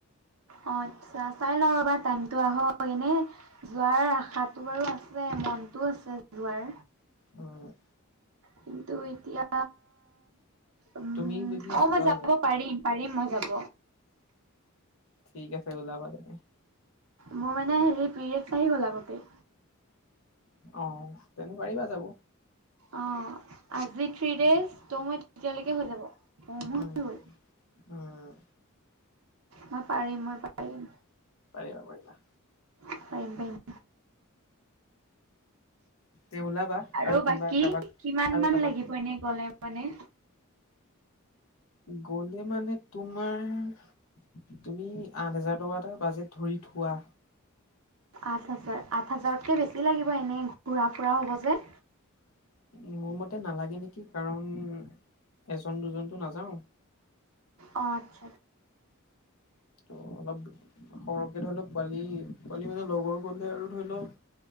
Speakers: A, on the right (about 75°); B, on the left (about 65°).
A: অ', আচ্ছা, চাই লওঁ ৰ'বা টাইমতটো আহক এনে যোৱাৰ আশা বাৰু আছে, মনটোও আছে যোৱাৰ
B: অ',
A: কিন্তু এতিয়া, উম,
B: তুমি যদি
A: অ',
B: যোৱা
A: মই যাব পাৰিম। পাৰিম মই যাব।
B: ঠিক আছে, ওলাবা তাকে
A: মোৰ মানে, হেৰি পিৰিয়ডছ আহি গ'ল আগতে
B: অ ', তেনে পাৰিবা যাব।
A: অ', আজি থি ডেজ, ত মই তেতিয়ালৈকে হৈ যাব অ মই
B: উম
A: হল।
B: উম,
A: মই, পাৰিম মই পাৰিম
B: পাৰিবা, পাৰিবা
A: পাৰিম, পাৰিম।
B: তে ওলাবা
A: আৰু
B: কোনোবা
A: বাকী,
B: কাৰোবাক
A: কিমান
B: আৰু
A: মান,
B: কাৰোবাক
A: লাগিব এনে গ'লে মানে
B: গলে মানে, তোমাৰ তুমি আঠ হাজাৰ টকা এটা, বাজেট ধৰি থোৱা।
A: আঠ হাজাৰ, আঠ হাজাৰতকে বেছি লাগিব, এনেই ঘুৰা ফুৰা হ'ব যে
B: মোৰ মতে নালাগে নেকি, কাৰণ এজন দুজনতো নাযাও
A: অ', আচ্ছা,
B: ত অলপ সৰহকে ধৰি লও পোৱালি, পোৱালি মানে, লগৰ গলে আৰু ধৰি লও